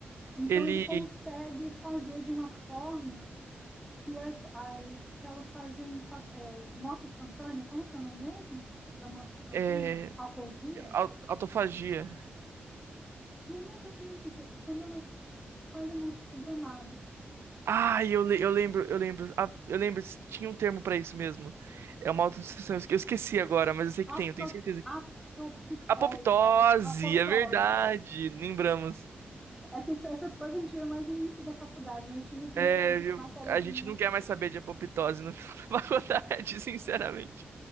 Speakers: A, in the centre; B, on the right.
A: Então,
B: Ele
A: ele consegue fazer de uma forma que as, as células fazem é, morte espontânea, como é que é o nome mesmo da morte espontânea?
B: é
A: Aplasia?
B: au- autofagia.
A: Não é exatamente isso, é quando elas fazem morte programada.
B: Ah, eu, le- eu lembro, eu lembro, Ah, eu lembro, tinha um termo pra isso mesmo. É uma autodestruição. Eu esque- eu esqueci agora, mas eu sei que
A: Apto,
B: tem, eu tenho certeza.
A: apto apoptose,
B: Apoptose,
A: Apoptose.
B: é verdade. Lembramos.
A: É que isso- essas coisas a gente vê mais no início da faculdade, né? Eu tive a primeira
B: É, eu-
A: matéria
B: a
A: de
B: gente
A: imuno,
B: não quer mais saber de apoptose no final da <laughs> faculdade, sinceramente.